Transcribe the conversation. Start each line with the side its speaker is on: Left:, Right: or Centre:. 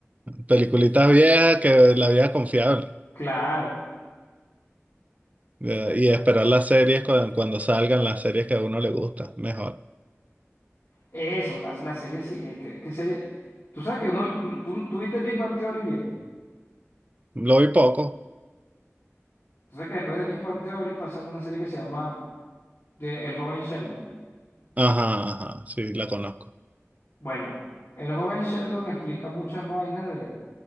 Right: Peliculitas viejas que la vieja confiable.
Left: Claro.
Right: eh, Y esperar las series cuando, cuando salgan las series que a uno le gusta. Mejor.
Left: Eso, las, las series, sí, eh, ¿qué, qué serie? Tú sabes que no, tú, tú viste Big Bang Theory bien.
Right: Lo vi poco.
Left: Entonces, que después de Big Bang Theory pasan una serie que se llama de El joven Sheldon.
Right: Ajá, ajá. Sí, la conozco.
Left: Bueno, El joven Sheldon explica muchas vainas de,